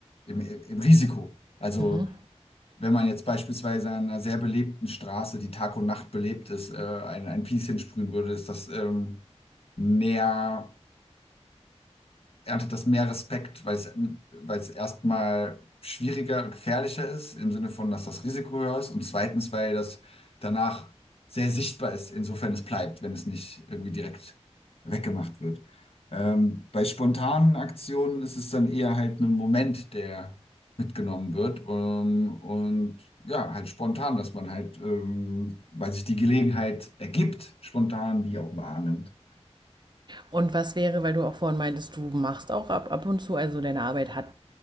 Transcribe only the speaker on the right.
Mhm.
Und was wäre, weil du auch vorhin meintest, du machst auch ab, ab und zu, also deine Arbeit hat